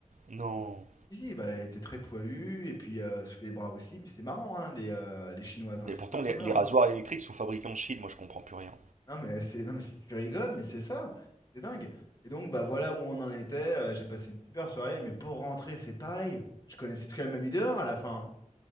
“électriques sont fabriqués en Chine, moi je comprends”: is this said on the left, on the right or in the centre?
Right